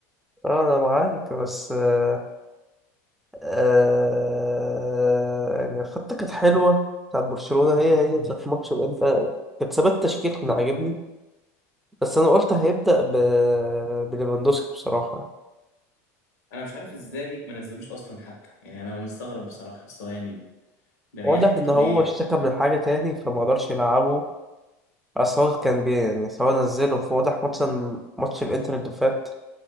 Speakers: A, in the centre; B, on the left.
A: اه انا معاك بس آه، آه يعني خطة كانت حلوة بتاعت برشلونة هي هي بتاعت الماتش ده انت كانت ثبات تشكيل كان عاجبني بس انا قلت هيبدأ ب... بليفاندوسكي بصراحة
B: انا مش عارف ازاي ما نزلوش اصلا حتى يعني انا مستغرب بصراحه بس هو يعني بيريحه
A: واضح ان هو
B: ليه
A: اشتكى من حاجة تاني فما قدرش يلعبه اصل هو كان بي يعني سواء نزله فواضح ماتش ماتش الانتر اللي فات